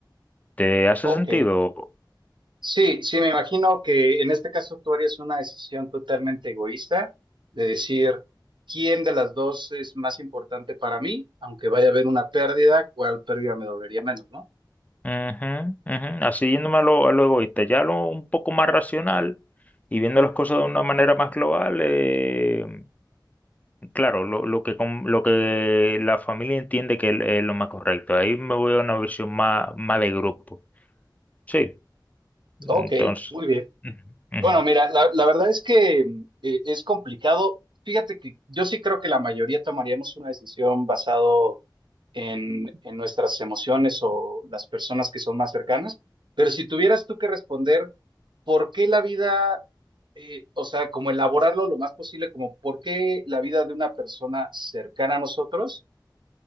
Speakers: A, on the left (about 20°); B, on the right (about 75°).
A: ¿Te hace
B: ok.
A: sentido? Ujú,
B: Sí, sí, me imagino que en este caso tú harías una decisión totalmente egoísta de decir quién de las dos es más importante para mí, aunque vaya a haber una pérdida, cuál pérdida me dolería menos, ¿no?
A: ujú. Así yéndome a lo, a lo egoísta, ya lo un poco más racional y viendo las cosas de una manera más global, eh, claro, lo, lo que, com- lo que la familia entiende que es es lo más correcto. Ahí me voy a una versión más, más de grupo. Sí.
B: Ok,
A: Entonces,
B: muy bien.
A: ujú, ujú.
B: Bueno, mira, la, la verdad es que eh, es complicado. Fíjate que yo sí creo que la mayoría tomaríamos una decisión basado en, en nuestras emociones o las personas que son más cercanas, pero si tuvieras tú que responder, ¿por qué la vida, eh, o sea, como elaborarlo lo más posible, como por qué la vida de una persona cercana a nosotros